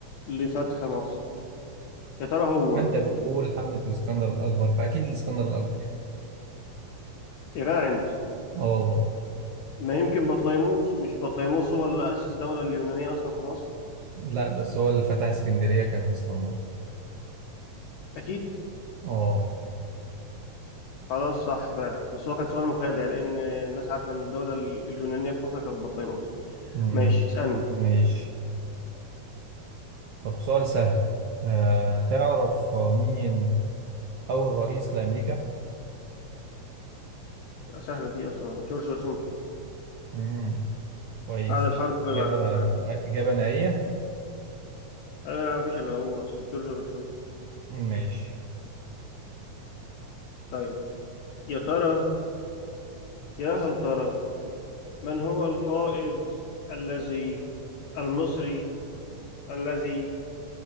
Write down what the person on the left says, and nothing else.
لفتح مصر يا ترى هو
يا جدع أنت
ما يمكن بطليموس مش بطليموس هو اللي أسس الدولة اليونانية أصلا في مصر
أكيد
خلاص صح فعلا بس هو كان سؤال مخادع لأن الناس عارفة إن الدولة اليونانية في مصر كانت بطليموس
ماشي اسألني
سهلة دي أصلا جورج واشنطن
بعد الحرب مع
أيوة يا عم مفيش إلا هو أصلا جورج واشنطن
طيب يا ترى يا هل ترى من هو القائد الذي المصري الذي